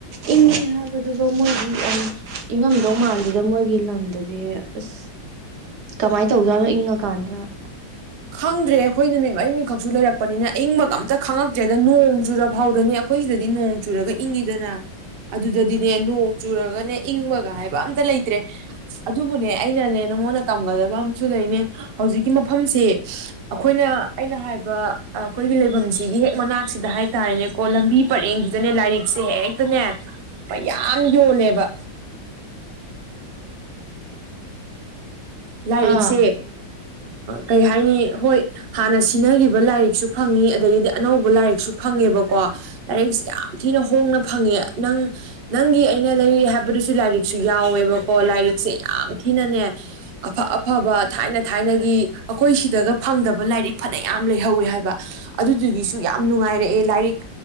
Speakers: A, on the right; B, on the right.
A: ꯏꯪꯉꯦ ꯍꯥꯏꯕꯗꯨꯒ ꯃꯣꯏꯒꯤ ꯏꯪꯉꯝꯗꯧ ꯃꯥꯟꯁꯤꯗ ꯃꯣꯏꯒꯤ ꯂꯝꯗꯗꯤ ꯑꯁ ꯀꯃꯥꯏꯅ ꯇꯧꯗꯥꯅꯣ ꯏꯪꯉꯀꯥꯟꯗꯅ
B: ꯈꯪꯗ꯭ꯔꯦ ꯑꯩꯈꯣꯏꯅꯅꯦ ꯑꯩ ꯃꯤ ꯈ ꯁꯨ ꯂꯩꯔꯛꯄꯅꯤꯅ ꯏꯪꯕꯒ ꯑꯝꯇ ꯈꯪꯉꯛꯇ꯭ꯔꯦꯗ ꯅꯣꯡ ꯆꯨꯨꯔꯐꯥꯎꯗꯅꯦ ꯑꯩꯈꯣꯏ ꯁꯤꯗꯗꯤ ꯅꯣꯡ ꯆꯨꯔꯒ ꯏꯪꯉꯤꯗꯅ ꯑꯗꯨꯗꯗꯤꯅꯦ ꯅꯣꯡ ꯆꯨꯔꯒꯅꯦ ꯏꯪꯕꯒ ꯍꯥꯏꯕ ꯑꯝꯇ ꯂꯩꯇ꯭ꯔꯦ ꯑꯗꯨꯕꯨꯅꯦ ꯑꯩꯅꯅꯦ ꯅꯉꯣꯟꯗ ꯇꯝꯒꯗꯕ ꯑꯝꯨ ꯂꯩꯅꯦ ꯍꯧꯖꯤꯛꯀꯤ ꯃꯐꯝꯁꯦ ꯑꯩꯈꯣꯏꯅ ꯑꯩꯅ ꯍꯥꯏꯕ ꯑꯩꯈꯣꯏꯒꯤ ꯂꯩꯐꯝꯁꯤꯒꯤ ꯍꯦꯛ ꯃꯅꯥꯛꯁꯤꯗ ꯍꯥꯏꯇꯥꯔꯦꯅꯦꯀꯣ ꯂꯝꯕꯤ ꯄꯔꯦꯡꯁꯤꯗꯅꯦ ꯂꯥꯏꯔꯤꯛꯁꯦ ꯍꯦꯛꯇꯅꯦ ꯃꯌꯥꯝ ꯌꯣꯜꯂꯦꯕ ꯂꯥꯏꯔꯤꯛꯁꯦ
A: ꯑꯥ
B: ꯀꯔꯤ ꯍꯥꯏꯅꯤ ꯍꯣꯏ ꯍꯥꯟꯅ ꯁꯤꯟꯅꯈꯤꯕ ꯂꯥꯏꯔꯤꯛꯁꯨ ꯐꯪꯉꯤ ꯑꯗꯒꯤꯗꯤ ꯑꯅꯧꯕ ꯂꯥꯏꯔꯤꯛꯁꯨ ꯐꯪꯉꯦꯕꯀꯣ ꯂꯥꯏꯔꯤꯛꯁꯦ ꯌꯥꯝ ꯊꯤꯅ ꯍꯣꯡꯅ ꯐꯪꯉꯦ ꯅꯪ ꯅꯪꯒꯤ ꯑꯩꯅ ꯂꯩꯔꯤ ꯍꯥꯏꯕꯗꯨꯁꯨ ꯂꯥꯏꯔꯤꯛꯁꯨ ꯌꯥꯎꯋꯦꯕꯀꯣ ꯂꯥꯏꯔꯤꯛꯁꯦ ꯌꯥꯝ ꯊꯤꯅꯅꯦ ꯑꯐ ꯑꯐꯕ ꯊꯥꯏꯅ ꯊꯥꯏꯅꯒꯤ ꯑꯩꯈꯣꯏ ꯁꯤꯗꯒ ꯐꯪꯗꯕ ꯂꯥꯏꯔꯤꯛ ꯐꯅ ꯌꯥꯝ ꯂꯩꯍꯧꯋꯦ ꯍꯥꯏꯕ ꯑꯗꯨꯗꯨꯒꯤꯁꯨ ꯌꯥꯝ ꯅꯨꯡꯉꯥꯏꯔꯛꯑꯦ ꯂꯥꯏꯔꯤꯛ